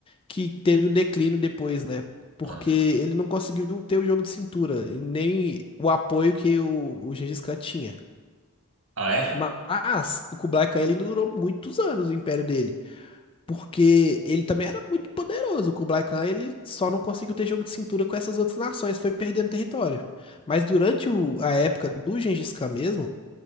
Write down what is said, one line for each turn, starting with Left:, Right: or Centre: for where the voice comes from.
Left: que teve o declínio depois, né? Porque
Right: Ah,
Left: ele não conseguiu ter o jogo de cintura, e nem o apoio que o, o Gengis Khan tinha.
Right: ah é?
Left: Mas o Kublai Khan ele ainda durou muitos anos o império dele. Porque ele também era muito poderoso. O Kublai Khan, ele só não conseguiu ter jogo de cintura com essas outras nações, foi perdendo território. Mas durante o- a época do Gengis Khan mesmo,